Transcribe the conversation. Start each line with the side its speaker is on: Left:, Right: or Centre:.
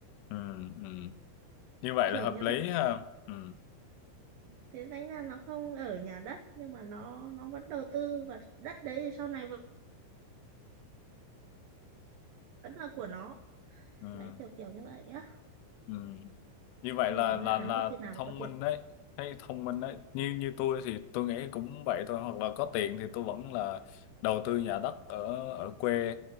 Left: Ừ. Ừ. Như vậy
Right: <laughs> kiểu
Left: là hợp
Right: như
Left: lý
Right: thế
Left: ha. Ừ.
Right: thế thành ra nó không ở nhà đất nhưng mà nó nó vẫn đầu tư và đất đấy thì sau này vẫn vẫn là của nó
Left: Ừ.
Right: đấy kiểu kiểu như vậy á
Left: Ừ. Như vậy là
Right: rồi tóm
Left: là
Right: lại
Left: là
Right: là không biết khi nào
Left: thông
Right: mới có tiền
Left: minh đấy thấy thông minh đấy như như tôi thì tôi nghĩ cũng vậy thôi hoặc là có tiền thì tôi vẫn là đầu tư nhà đất ở ở quê